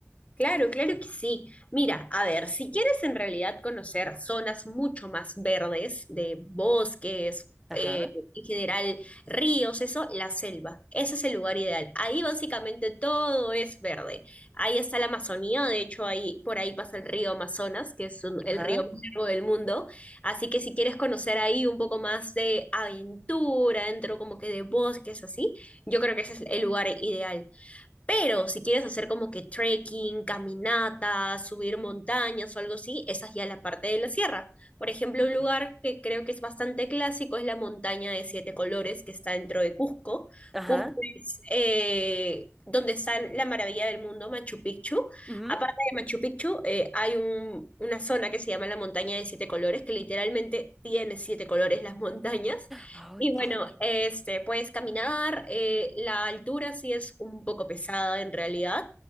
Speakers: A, on the left; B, in the centre.
A: Claro, claro que sí. Mira, a ver, si quieres en realidad conocer zonas mucho más verdes, de bosques,
B: Ajá,
A: eh, en general ríos, eso, la selva. Ese es el lugar ideal. Ahí básicamente todo es verde. Ahí está la Amazonía, de hecho, ahí por ahí pasa el río Amazonas, que es un-
B: ajá,
A: el río más largo del mundo. Así que si quieres conocer ahí un poco más de aventura, dentro como que de bosques, así, yo creo que ese es el lugar ideal. Pero si quieres hacer como que trekking, caminatas, subir montañas o algo así, esa es ya la parte de la sierra. Por ejemplo,
B: ok.
A: un lugar que creo que es bastante clásico es la montaña de siete colores que está dentro de Cusco.
B: Ajá,
A: Cusco es eh, donde está la maravilla del mundo, Machu Picchu.
B: ujú.
A: Aparte de Machu Picchu, eh, hay un- una zona que se llama la montaña de siete colores, que literalmente tiene siete colores las montañas.
B: Ay,
A: Y
B: qué
A: bueno,
B: lindo.
A: este, puedes caminar, eh, la altura sí es un poco pesada en realidad,